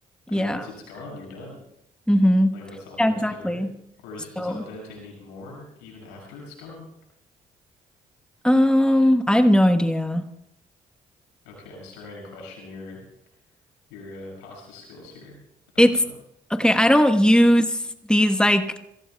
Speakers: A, in the centre; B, on the left.
A: Yeah.
B: I mean, once it's gone, you're done.
A: Mm-hmm.
B: Like that's al dente,
A: Yeah, exactly.
B: right? Or is does
A: So,
B: al dente need more even after it's gone?
A: um, I have no idea.
B: Okay, I'm starting to question your your uh, pasta skills here. I
A: It's
B: don't know.
A: okay. I don't use these like